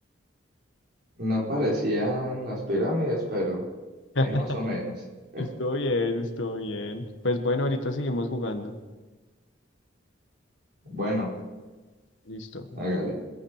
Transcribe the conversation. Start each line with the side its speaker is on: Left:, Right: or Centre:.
Right: No parecían las pirámides, pero
Left: <laughs>
Right: hay más o menos. <laughs>
Left: Estoy bien, estoy bien. Pues bueno, ahorita seguimos jugando.
Right: Bueno,
Left: ¿Listo? Listo. Bueno.
Right: hágale.